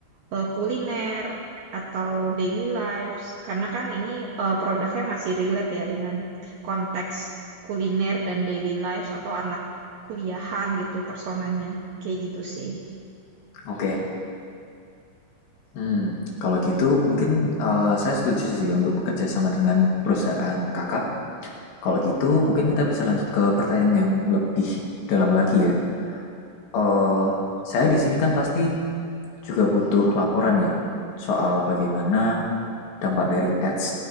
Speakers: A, on the right; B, on the left.
A: eh, kuliner atau daily lives, karena kan ini eh, produknya masih relate ya dengan konteks kuliner dan daily lives atau anak kuliahan gitu personanya. Kayak gitu sih.
B: oke. Hmm, kalau gitu mungkin eh, saya setuju sih untuk bekerja sama dengan perusahaan kakak. Kalau gitu mungkin kita bisa lanjut ke pertanyaan yang lebih dalam lagi ya. Eh, saya di sini kan pasti juga butuh laporan ya soal bagaimana dampak dari ads